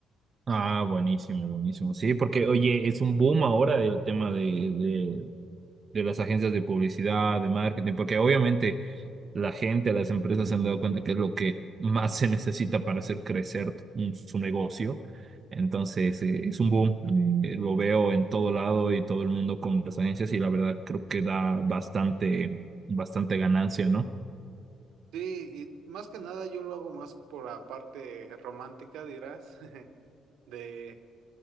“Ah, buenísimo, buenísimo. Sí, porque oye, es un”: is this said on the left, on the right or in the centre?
Right